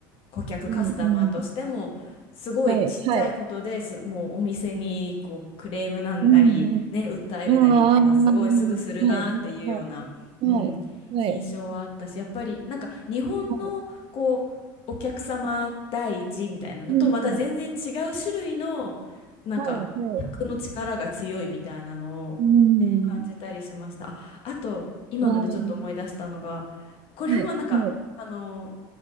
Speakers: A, on the left; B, on the right.
A: 顧客カスタマーとしてもすごいちっちゃいことですもうお店にこうクレームなんなりね訴えるなりっていうのはすごいすぐするなっていうような、
B: うん、うん、はい、はい、うん、うん、ああ、はい、はい、は
A: うん、
B: い、はい、はい、
A: 印象はあったしやっぱりなんか日本のこうお客様第一みたいなのとまた全然違う種類のなんか客の力が強いみたいなのを、
B: はい、うん、はい、はい、うん、
A: ね、感じたりしました。ああと今のでちょっと思い出したのが
B: ああ、は
A: これもなんかあの
B: い、はい、